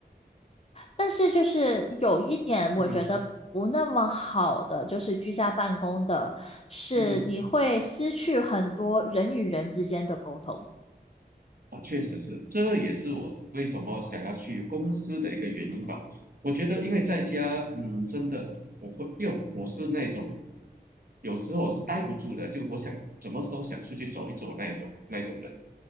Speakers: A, on the left (about 40°); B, on the right (about 60°).
A: 但是就是有一点，
B: 嗯哼
A: 我觉得不那么好的，就是居家办公的，是你会失去很多人与人之间的沟通。
B: 嗯哼啊，确实是，这也是我为什么想要去公司的一个原因吧。我觉得，因为在家，嗯，真的，我会，因为我是那种有时候我是待不住的，就我想怎么都想出去走一走那一种那一种人，